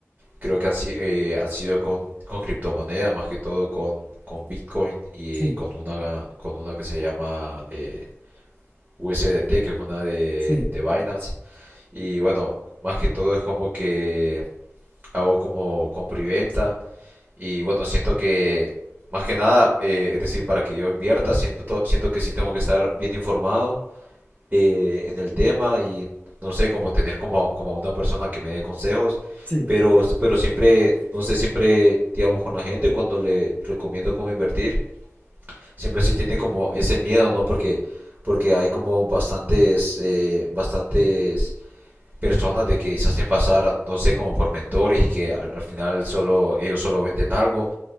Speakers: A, on the right; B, on the left.
A: creo que han, si- eh, han sido con, con criptomonedas, más que todo con, con Bitcoin y
B: Sí,
A: con una, con una que se llama eh, USDT, que es una de,
B: sí,
A: de Binance. Y bueno, más que todo es como que hago como compra y venta. Y bueno, siento que más que nada, eh, es decir, para que yo invierta, siento, siento que sí tengo que estar bien informado eh, en el tema y no sé, como tener como, como una persona que me dé consejos.
B: sí.
A: Pero, pero siempre, no sé, siempre, digamos, con la gente cuando le recomiendo cómo invertir, siempre sí tiene como ese miedo, ¿no? Porque, porque hay como bastantes, eh, bastantes personas de que se hacen pasar, no sé, como por mentores y que al, al final solo ellos solo venden algo